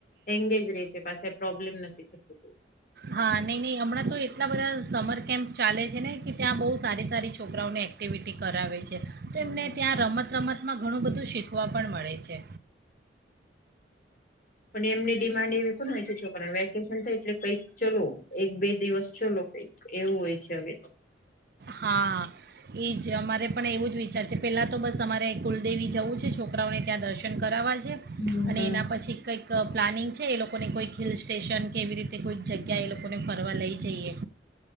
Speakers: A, on the left; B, on the right.
A: એંગેજ ર છે પાછા પ્રોબ્લેમ નથી. <unintelligible>
B: હા નહીં નહીં હમણાં તો એટલા બધા સમર કેમ્પ ચાલે છે ને કે ત્યાં બહુ સારી સારી છોકરાઓને એક્ટિવિટી કરાવે છે. તો
A: હમ.
B: એમને ત્યાં રમત રમત ભતમાં ઘણું બધું શીખવા પણ મળે છે.
A: અને એમને ડિમાન્ડ એવી પણ હોય છે છોકરાને વેકેશન થાય એટલે કઈક ચલો એક બે દિવસ ચલો કંઈક એવું હોય છે હવે.
B: હા, એ જ અમારે પણ એવું જ વિચાર છે પહેલાં તો બસ અમારે કુલદેવી જવું છે છોકરાઓને ત્યાં દર્શન કરાવવા જ છે,
A: હમ
B: અને એના પછી કંઈક પ્લાનિંગ છે એ લોકો કોને કોઈ હિલ સ્ટેશન. કેવી રીતે કોઈ જગ્યા એ લોકો ને ફરવા લઈ જઇએ.